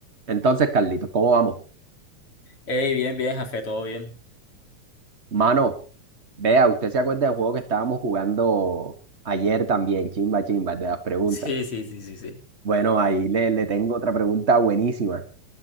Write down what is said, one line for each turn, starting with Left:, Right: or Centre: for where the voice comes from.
Right: Entonces, Carlitos, ¿cómo vamos?
Left: Ey, bien, bien, Jafé, todo bien.
Right: Mano, vea, usted se acuerda del juego que estábamos jugando ayer también, chimba, chimba, el de las preguntas.
Left: Sí, sí, sí, sí, sí.
Right: Bueno, ahí le, le tengo otra pregunta buenísima.